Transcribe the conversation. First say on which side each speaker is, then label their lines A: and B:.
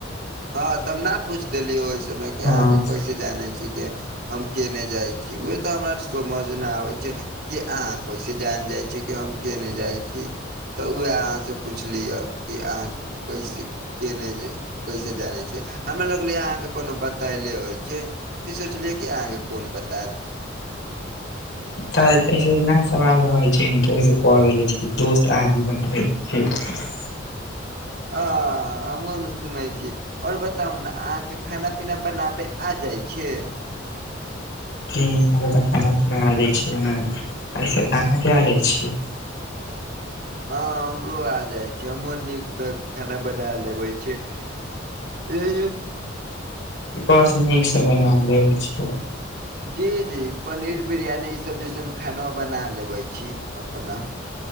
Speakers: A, on the right (about 55°); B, on the left (about 65°).
A: हँ त हम न पूछ देलियौ ओय समय कि
B: हँ
A: अहाँके कइसे जानै छीयै की हम केने जाए छीयै उहै तऽ हमरा समझ नै आबै छै। कि अहाँ कैसे जान जाए छीयै कि हम केने जाए छीयै। तऽ उ अहाँ से पुछलिया कि अहाँ कैसे केने ज कैसे जानै छियै, हमरा लगलै अहाँके कोनो बताएले होय छै। फिर सोचलियै कि अहाँ केँ कोन बताएत
B: तऽ ऐसे न सवाल रहय छै न तऽ ओहि से कह देलै छीयै की दोस्त अहां के बतबय छै।
A: आ हम्हु नै सुनय छी। और बताउ ने अहाँके खाना-पीना बनाबै आ जाए छै।
B: जी हमरा तै खाना-पीना आ जाए छै <unintelligible> ऐसे अहां के आ जाए छै।
A: हां हमरो आ जाए छै हम्हूँ आर नीक द खाना बनाए लेबय छीयै। <unintelligible>
B: बस नीक से बना लेबै छीयै।
A: जी-जी पनीर बिरयानी इ सब जइसन खाना बना लेबै छी अपना।